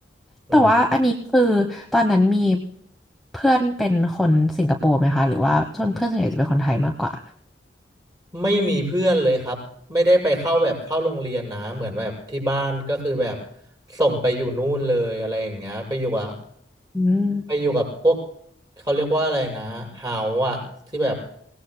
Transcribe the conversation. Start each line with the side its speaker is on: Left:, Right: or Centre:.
Right: อืม
Centre: แต่ว่าอันนี้คือตอนนั้นมีเพื่อนเป็นคนสิงคโปร์ไหมคะหรือว่าส่วนเพื่อนส่วนใหญ่จะเป็นคนไทยมากกว่า
Right: ไม่มีเพื่อนเลยครับไม่ได้ไปเข้าแบบเข้าโรงเรียนนะเหมือนแบบที่บ้านก็คือแบบส่งไปอยู่นู่นเลยอะไรอย่างเงี้ยไปอยู่กับ
Centre: อืม
Right: ไปอยู่กับพวกเขาเรียกว่าอะไรนะเฮาอะที่แบบ